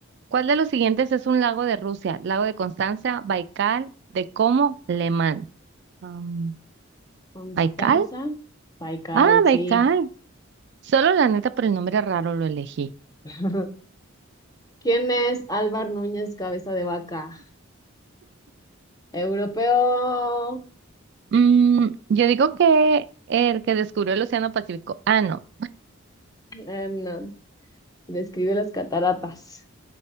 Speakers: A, on the right; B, on the left.
A: ¿Cuál de los siguientes es un lago de Rusia? Lago de Constanza, Baikal, de Como, Lemán. Am,
B: Constanza
A: ¿Baikal?
B: Paikal,
A: Ah, Baikal.
B: sí.
A: Solo la neta por el nombre raro lo elegí.
B: <laughs> ¿Quién es Álvar Núñez Cabeza de Vaca? Europeo.
A: Mm, yo digo que el que descubrió el Océano Pacífico. Ah, no.
B: Eh, no. Describe las cataratas.